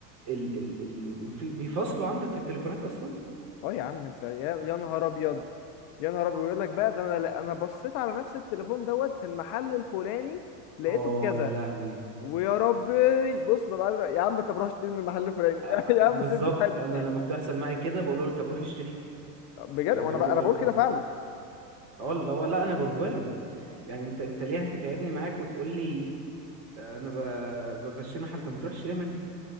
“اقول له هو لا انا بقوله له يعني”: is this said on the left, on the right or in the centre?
Right